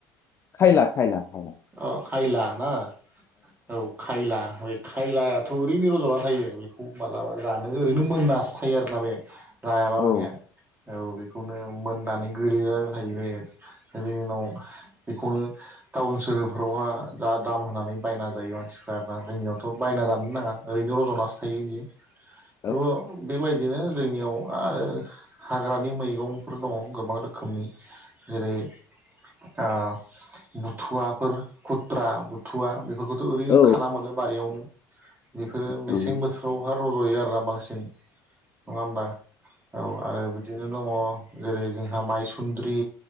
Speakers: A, on the left; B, on the right.
A: खायला खायला खाला।
B: अह खायला ना औ खायलायाथ ओरैनो यजना थायो। बेखौ माबलाबा जानो ओरैनो मोनासोथायो आरोना बे जायाबा
A: औ
B: मानेया। औ बेखौनो मोननानै गोलैयो थायो बे। नै बेनि उनाव बेखौनो टाउन सोहोरफोरावहा जा दाम होनानै बायना जायो मानसिफ्रा बाद जोंनियावथ' बायना जानो नाङा। ओरैनो रज'नासो थायो बेयो।
A: <inaudible>
B: <unintelligible> बे बायदिनो जोंनियाव आरो हाग्रानि मैगंफोर दङ गोबां रोखोमनि जेरै आ बुथुवा फोर खुथ्रा बुथुवा बेफोरखौ थु ओरैनो
A: औ
B: खाना मोनो बारियावनो बेफोरो मेसें
A: नंगौ
B: बोथोर फोरहा रज'यो आरो राबांसिन नङा होमबा औ आरो बि दिनो दङ जेरै जोंहा माइसुन्द्रि